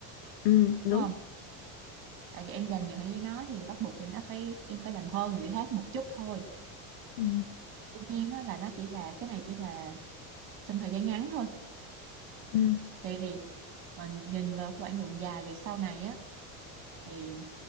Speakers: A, on the left; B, on the right.
A: Ừ. Đúng.
B: đúng không tại vì em dành nhiều hơn gian cho nó thì bắt buộc thì nó phải em phải làm hơn người khác một chút thôi
A: Ừ.
B: tuy nhiên á, là nó chỉ là cái này chỉ là trong thời gian ngắn thôi
A: Ừ.
B: tại vì mình nhìn vào cái quãng đường dài về sau này á thì